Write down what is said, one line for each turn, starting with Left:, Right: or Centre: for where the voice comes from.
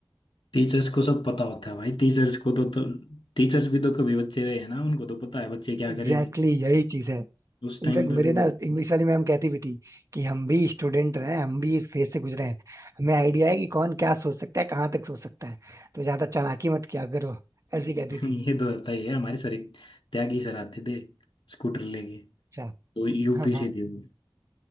Left: टीचर्स को सब पता होता है भाई टीचर्स को तो, तो टीचर्स भी तो कभी बच्चे रहे हैं ना उनको तो पता है बच्चे क्या
Right: एग्जैक्टली
Left: करेंगे
Right: exactly यही चीज है
Left: उस
Right: इनफैक्ट
Left: टाइम पे
Right: मेरे
Left: तो
Right: ना इंग्लिश वाली मैम कहती भी थी कि हम भी स्टूडेंट रहे हैं हम भी इस फेज से गुजरे हैं हमें आइडिया है कि कौन क्या सोच सकता है कहाँ तक सोच सकता है तो ज्यादा चालाकी मत किया करो ऐसी कहती
Left: <laughs>
Right: थी
Left: ये तो होता ही है हमारे सर एक त्यागी सर आते थे स्कूटर लेके
Right: अच्छा
Left: तो यूपी
Right: हाँ हाँ
Left: से थे वो